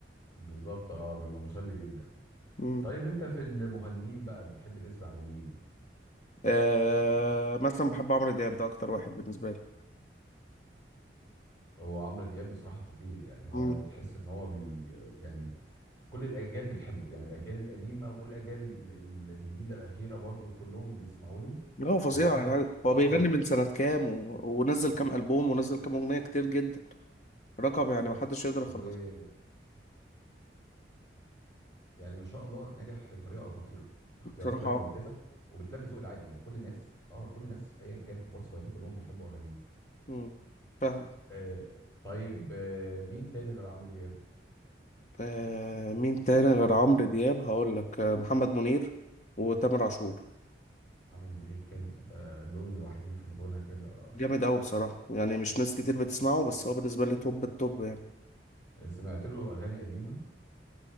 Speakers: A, on the left; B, on the left.
A: بالظبط اه بيبقى مسلي جدا
B: مم.
A: طيب انت في المغنيين بقى بتحب تسمع لمين
B: آه مثلا بحب عمرو دياب ده أكتر واحد بالنسبة لي
A: هو عمرو دياب بصراحة خطير يعني هو
B: مم.
A: بتحس ان هو بي يعني كل الاجيال بتحبه يعني الاجيال القديمة والاجيال ال- الجديدة الاخيرة برضو كلهم بيسمعوا له
B: لا هو فظيع
A: هو قادر
B: يعني هو
A: اه
B: بيغني من سنة كام و... ونزل كام ألبوم ونزل كام أغنية كتير جدا رقم يعني محدش يقدر يخلصه
A: ويعني ما شاء الله ناجح بطريقة خطيرة اختياراته
B: بصراحة
A: دايما
B: اه
A: ممتازة وبتلبي ذوق العام يعني كل الناس اه كل الناس ايا كانوا كبار صغيرين كلهم بيحبوا اغانيه
B: مم. فاهمك
A: آه طيب آه مين تاني غير عمرو دياب
B: آه مين تاني غير عمرو دياب هقول لك آه محمد منير وتامر عاشور
A: محمد منير كينج ده لون لوحدي في الغنى كده آه،
B: جامد قوي بصراحة يعني مش ناس كتير بتسمعه بس هو بالنسبة لي توب التوب يعني
A: سمعت له اغاني قديمة